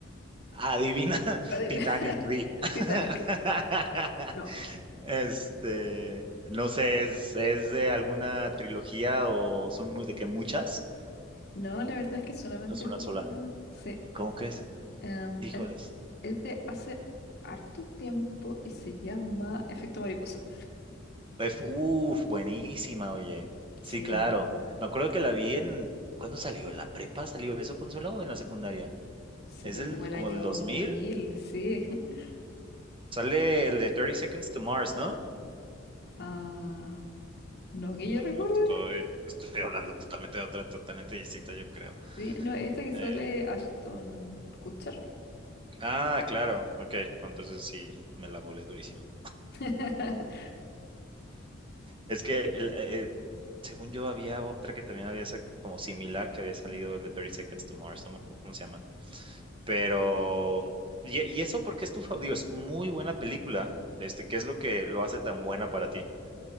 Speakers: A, on the right; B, on the left.
A: Adivina, <laughs>
B: adivina.
A: Titanic, di.
B: <laughs> Titanic.
A: <laughs>
B: No.
A: Este, no sé, ¿es, es de alguna trilogía o son muy, de que muchas?
B: No, la verdad es que solamente
A: No Es
B: es
A: una
B: una.
A: sola.
B: Sí.
A: ¿Cómo crees?
B: Em,
A: Híjoles.
B: es, es de hace harto tiempo y se llama Efecto Mariposa.
A: Ef- Uf, buenísima, oye. Sí,
B: Sí,
A: claro. Me acuerdo que la vi en, ¿cuándo salió? ¿En la prepa salió eso, Consuelo, o en la secundaria?
B: salió
A: Es del,
B: como el
A: como
B: año
A: del
B: 2000,
A: 2000.
B: sí. <laughs>
A: Sale el de Thirty Seconds to Mars, ¿no?
B: Ah, no que yo
A: o
B: recuerde.
A: no, estoy, estoy hablando totalmente de otra, totalmente distinta, yo creo.
B: Sí, no, esta que sale
A: Eh,
B: Ashton Kutcher.
A: ah, claro, ok, no, entonces sí, me la volé durísimo.
B: <laughs>
A: Es que, el- eh, eh, según yo, había otra que también había sa- como similar, que había salido el de Thirty Seconds to Mars, no me acuerdo cómo se llama, pero, y, y eso porque es tu favorito, es muy buena película, este, ¿qué es lo que lo hace tan buena para ti?